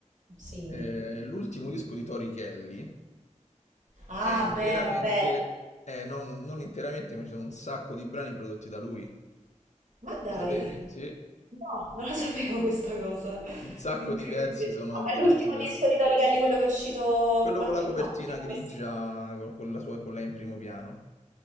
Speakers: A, on the right; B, on the left.
A: Sì.
B: eh, l'ultimo disco di Tori Kelly
A: Ah,
B: è interamente...
A: beh, vabbè.
B: eh, no, non, non interamente, ma ci sono un sacco di brani prodotti da lui. Lo
A: Ma dai,
B: sapevi? Sì?
A: no, non la sapevo questa cosa.
B: Un sacco
A: Incredibile.
B: di pezzi sono
A: Ah, ma
B: prodotti
A: l'ultimo
B: da...
A: disco di Tori Kelly, quello che è uscito
B: Quello
A: qualche...
B: con la copertina
A: No, tipo
B: grigia,
A: questo.
B: con, con la sua, con lei in primo piano.